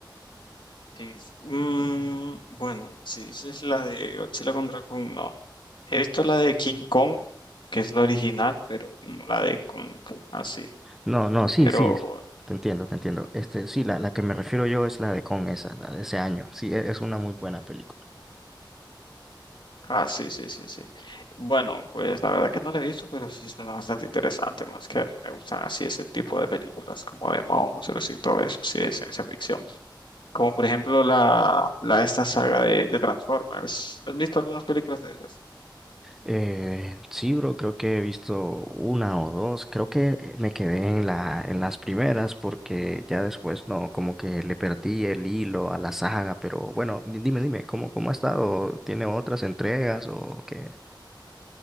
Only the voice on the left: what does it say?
Sí. Mm, bueno, sí, esa es la de Godzilla contra Kong, no. He visto la de King Kong, que es la original, pero no la de Kong, así.
Pero
Ah, sí, sí, sí, sí. Bueno, pues la verdad que no la he visto, pero sí suena bastante interesante, más que a mí me gustan así ese tipo de películas como de monstruos y todo eso, sí, de ciencia ficción. Como por ejemplo la, la esta saga de, de Transformers. ¿Has visto algunas películas de esas?